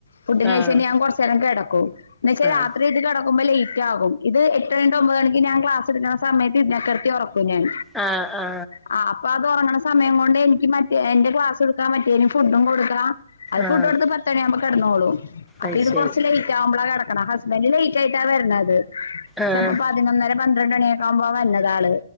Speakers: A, on the left; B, in the centre.
A: ഫുഡി കഴിച്ചയിഞ്ഞ
B: ആഹ്
A: ഞാൻ കൊറച്ചേരംകടക്കും. ഓ എന്നച്ചാ
B: ആഹ്
A: രാത്രി ഇത് കിട കിടക്കുമ്പോൾ ആ ലേറ്റ് ആകും ഇത് എട്ടമണി തൊട്ട് ഒമ്പത് മണിക്ക് ഞാൻ ക്ലാസ്ടുക്കുന്ന സമയത്ത് ഇതിനക്കെടുത്തി ഉറക്കും ഞാൻ
B: ആ ആ
A: ആ അപ്പൊ അത് ഉറങ്ങണ സമയം കൊണ്ട് എനിക്ക് മറ്റേ എന്റെ ക്ലാസ് എടുക്കാ മറ്റേന്ഫുഡും കൊടുക്കാം. അത്
B: ആഹ്
A: ഫുഡ് കൊടുത്ത് പത്തണിയാവുമ്പോ കടന്നോളും അപ്പൊ
B: അത്
A: ഇത്
B: ശരി
A: കൊറച്ച് ലേറ്റ് ആവുമ്പളാ എടാ ഹസ്ബൻ് ലേറ്റ് ആയിട്ട വരുന്നത്
B: ആഹ്
A: ചെലപ്പൊ പതിനൊന്നര പന്ത്ര പന്ത്രണ്ടണിയൊക്കെ ആവുമ്പ ളാ വരുന്നതാള്.